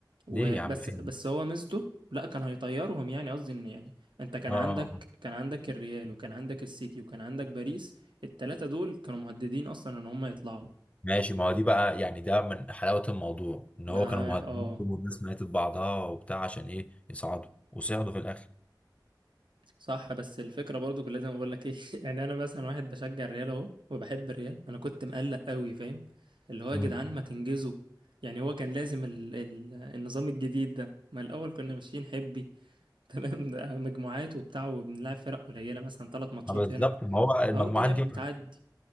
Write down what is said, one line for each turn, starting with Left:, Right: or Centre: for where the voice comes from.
Right: وبس
Left: ليه يا عم فين
Right: بس
Left: ده؟
Right: هو ميزته لا كان هيطيرهم يعني قصدي ان يعني انت كان
Left: اه
Right: عندك
Left: آه.
Right: كان عندك الريال وكان عندك السيتي وكان عندك باريس التلاتة دول كانوا مهددين اصلا ان هم يطلعوا
Left: ماشي ما هو دي بقى يعني ده من حلاوة الموضوع ان
Right: ما
Left: هو كانوا مهددين
Right: اه
Left: والناس ماتت بعضها وبتاع عشان ايه يصعدوا وصعدوا في الاخر
Right: صح بس الفكرة برضو كنت لازم اقول لك ايه <laughs> يعني انا مثلا واحد بشجع الريال اهو وبحب الريال انا كنت مقلق قوي فاهم اللي هو يا
Left: امم
Right: جدعان ما تنجزوا يعني هو كان لازم ال... ال... النظام الجديد ده ما الاول كنا ماشيين حبي <laughs> تمام ده مجموعات وبتاع وبنلعب فرق قليلة مثلا ثلاث ماتشات
Left: ما بالظبط
Right: هنا
Left: ما هو المجموعات
Right: اهو الدنيا
Left: دي
Right: بتعدي